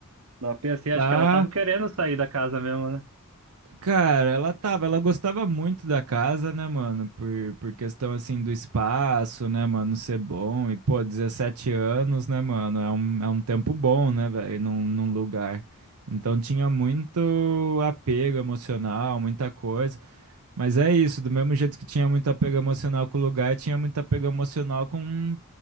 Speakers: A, on the right; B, on the right.
A: no AP? Assim, acho
B: tá.
A: que ela tava querendo sair da casa mesmo, né?
B: Cara, ela tava, ela gostava muito da casa, né, mano? Por, por questão assim do espaço, né, mano, ser bom. E, pô, 17 anos, né, mano? É um, é um tempo bom, né, velho, num, num lugar. Então tinha muito apego emocional, muita coisa. Mas é isso, do mesmo jeito que tinha muito apego emocional com o lugar, tinha muito apego emocional com